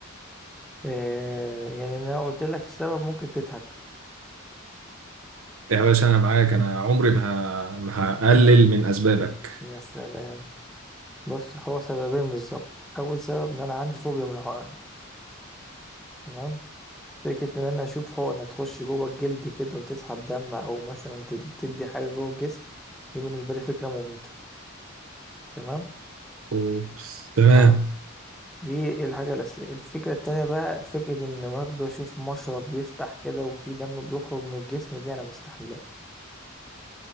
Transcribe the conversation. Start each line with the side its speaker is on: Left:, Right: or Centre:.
Centre: آه يعني انا قلت لك السبب ممكن تضحك
Right: يا باشا انا معاك انا عمري ما ه- ما هقلل من اسبابك
Centre: يا سلام بص هو سببين بالظبط اول سبب ان انا عندي فوبيا من الحقن تمام فكرة ان انا اشوف حقنة تخش جوه الجلد كده وتسحب دم او مثلا تد- تدي حاجة جوه الجسم دي بالنسبة لي فكرة مميتة تمام
Right: اوبس تمام
Centre: اه دي الحاجة الأساسية الفكرة التانية بقى فكرة ان برضه اشوف مشرب بيفتح كده وفي دم بيخرج من الجسم دي انا مستحملهاش